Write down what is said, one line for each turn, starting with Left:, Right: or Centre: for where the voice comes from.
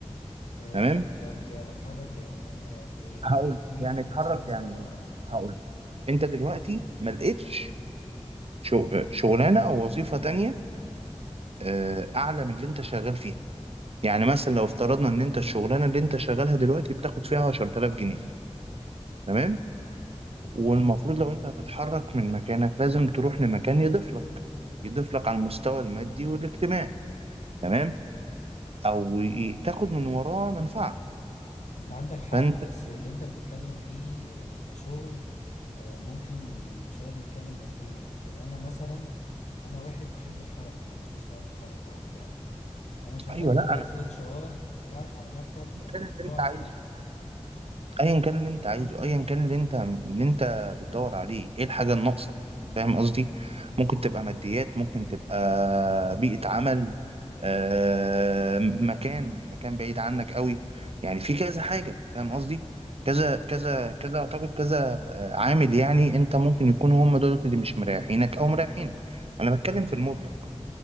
Left: آه،
Right: تمام
Left: طب اتحرك يعني يعني ايه ايه
Right: هقول
Left: إيه
Right: يعني
Left: في
Right: اتحرك
Left: نفس المستوى
Right: يعني
Left: اه
Right: هقول انت دلوقتي ما لقيتش شو- شغلانه او وظيفه تانية آه، اعلى من اللي انت شغال فيها يعني مثلا لو افترضنا ان انت الشغلانه اللي انت شغالها دلوقتي بتاخد فيها 10000 جنيه تمام والمفروض لو انت هتتحرك من مكانك لازم تروح لمكان يضيف لك يضيف لك على المستوى المادي والاجتماعي تمام او ي- تاخد من وراه منفعه
Left: انت عندك حق
Right: فانت
Left: بس اللي انت بتتكلم فيه آه، كشغل آه، ممكن شوية بنتكلم ماديا لكن انا مثلا انا واحد بحب الحركة بحب اشتغل في حركة وبتاع انا شغال
Right: ايوه لا
Left: دلوقتي
Right: انا
Left: اتش ار قاعد على مكتب فالموضوع
Right: المكان اللي انت عايزه
Left: صعب
Right: ايا كان اللي انت عايزه ايا كان اللي انت اللي انت بتدور عليه ايه الحاجه الناقصه فاهم قصدي ممكن تبقى ماديات ممكن تبقى بيئه عمل آه مكان مكان بعيد عنك قوي يعني في كذا حاجه فاهم قصدي كذا
Left: اه
Right: كذا كذا اعتقد كذا آه، عامل يعني انت ممكن يكونوا هم دول اللي مش مريحينك او مريحينك انا بتكلم في المطلق